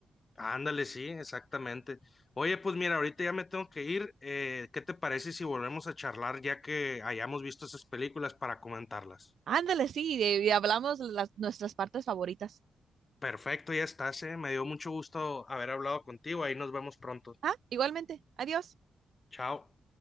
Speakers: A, on the left (about 35°); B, on the right (about 70°).
A: Ándale, sí, exactamente. Oye, pues mira, ahorita ya me tengo que ir. Eh, ¿qué te parece si volvemos a charlar ya que hayamos visto esas películas para comentarlas?
B: Ándale, sí, y, y hablamos las, nuestras partes favoritas.
A: Perfecto, ya estás, eh. Me dio mucho gusto haber hablado contigo. Ahí nos vemos pronto.
B: Ah, igualmente. Adiós.
A: Chao.